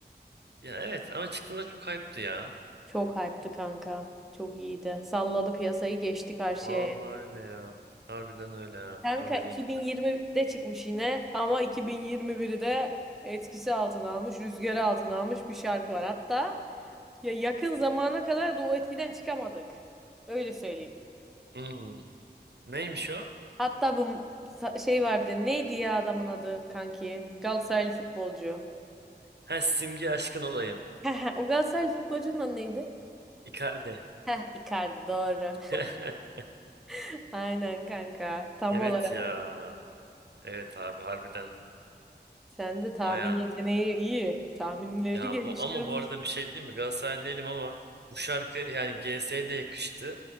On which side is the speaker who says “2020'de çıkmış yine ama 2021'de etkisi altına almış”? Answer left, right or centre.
Centre